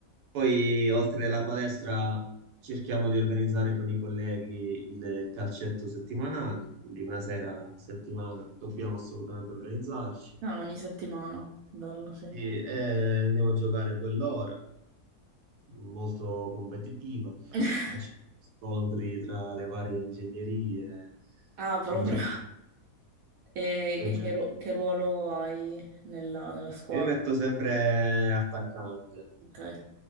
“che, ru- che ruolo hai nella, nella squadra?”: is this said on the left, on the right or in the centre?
Right